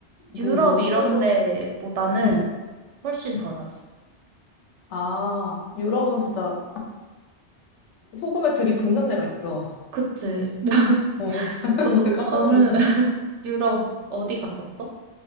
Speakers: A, on the left; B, on the right.
A: 뭐
B: 유럽
A: 뭔가
B: 이런
A: 소금?
B: 데보다는
A: 응,
B: 훨씬 덜하지.
A: 아, 유럽은 진짜 소금에 들이붓는 데가 있어.
B: 그치. <laughs>
A: 어, 어. <laughs>
B: 너,
A: 나 깜짝
B: 너는
A: 놀랐어.
B: <laughs> 유럽 어디 갔었어?